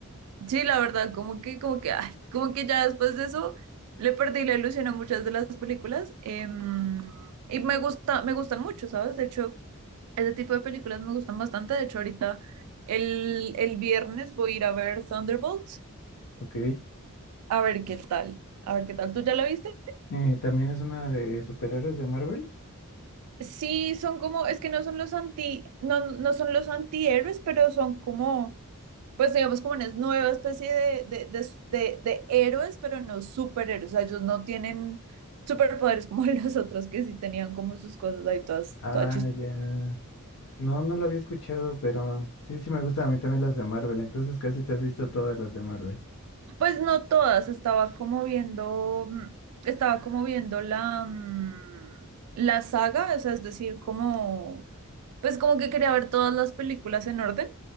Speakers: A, on the right; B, on the left.
A: Sí, la verdad, como que, como que, ay, como que ya después de eso le perdí la ilusión a muchas de las películas. em, y me gusta, me gustan mucho, ¿sabes? De hecho, ese tipo de películas me gustan bastante. De hecho, ahorita el, el viernes voy a ir a ver Thunderbolts.
B: Ok.
A: A ver qué tal. A ver qué tal. ¿Tú ya la viste?
B: Eh, ¿también es una de superhéroes de Marvel?
A: Sí, son como, es que no son los anti, no, no son los antihéroes, pero son como, pues digamos como una nueva especie de, de, de, de, de héroes, pero no superhéroes. O sea, ellos no tienen superpoderes como <laughs> los otros que sí tenían como sus cosas ahí todas,
B: Ah,
A: todas chis-
B: ya. No, no la había escuchado, pero sí, sí me gustan a mí también las de Marvel, entonces casi te has visto todas las de Marvel,
A: Pues no todas, estaba como viendo, mm, estaba como viendo la, mm, la saga, o sea, es decir, como, pues como que quería ver todas las películas en orden.